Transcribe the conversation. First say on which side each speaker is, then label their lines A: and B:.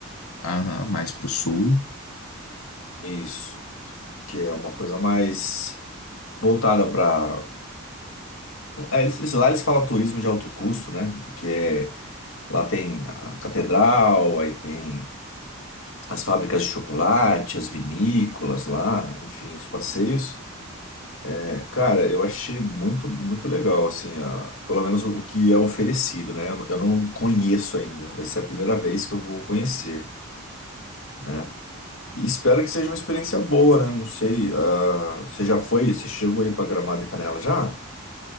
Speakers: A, on the left (about 85°); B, on the left (about 65°).
A: Aham, mais pro sul.
B: Isso, que é uma coisa mais voltada para Ah, Eles, lá eles falam turismo de alto custo, né? Que é, lá tem a catedral, aí tem as fábricas de chocolate, as vinícolas lá, enfim, os passeios. É, cara, eu achei muito, muito legal, assim, a- pelo menos o, o que é oferecido, né? Eu, não eu não conheço ainda, vai ser a primeira vez que eu vou conhecer, né? E espero que seja uma experiência boa, né? Não sei, ah, você já foi? Você chegou aí pra Gramado e Canela já?